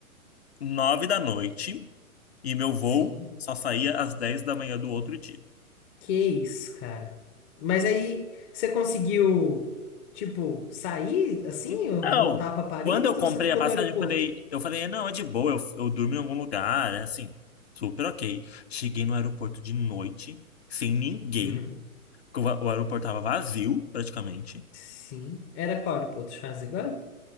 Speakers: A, on the left (about 45°); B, on the left (about 15°).
A: 9 da noite e meu voo
B: sim.
A: só saía às 10 da manhã do outro dia.
B: Que isso, cara. Mas aí, você conseguiu, tipo, sair assim,
A: Então,
B: ou voltar pra Paris,
A: quando eu comprei
B: ou você ficou
A: a passagem,
B: no aeroporto?
A: eu falei, eu falei, não, é de boa, eu, eu durmo em algum lugar, né? Assim, super ok. Cheguei no aeroporto de noite, sem ninguém,
B: Uhum.
A: porque o, a- o aeroporto tava vazio, praticamente.
B: Sim. Era qual aeroporto? Charles de Gaulle?